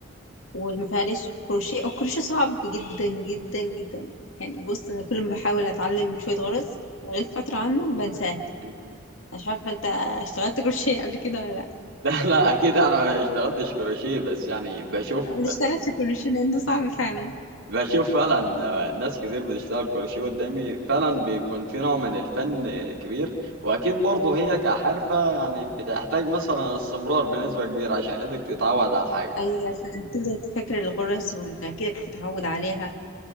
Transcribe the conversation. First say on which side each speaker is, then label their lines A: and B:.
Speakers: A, on the left; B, on the right.
A: وما فيهاش كروشيه الكروشيه صعب جدا جدا جدا يعني بص انا كل ما بحاول اتعلم شويه غرز غيب فتره عنه بنساه
B: <laughs>
A: مش عارفه انت اشتغلت كروشيه قبل كده ولا لا
B: لا لا أكيد أنا ما اشتغلتش كروشيه بس يعني بشوف
A: انا اشتغلت في كروشيه لانه صعب فعلا
B: بشوف فعلا آه، ناس كتير بتشتغل كروشيه قدامي فعلا بيكون في نوع من الفن كبير وأكيد برضه هي كحرفة يعني بتحتاج مثلا استمرار بنسبة كبيرة عشان إيدك تتعود على الحاجة
A: ايوه عشان تفضل فاكر الغرز وانك كده تتعود عليها